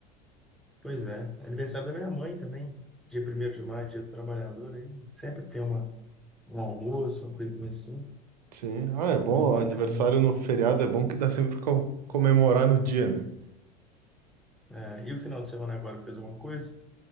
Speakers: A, in the centre; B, on the right.
A: Pois é. Aniversário da minha mãe também, dia primeiro de maio, dia do trabalhador, aí sempre tem uma, um almoço, uma coisa assim.
B: Sim. Ah, é bom,
A: Então,
B: ó,
A: bacana.
B: aniversário no feriado é bom que dá sempre pra co- comemorar no dia, né?
A: É, e o final de semana agora fez alguma coisa?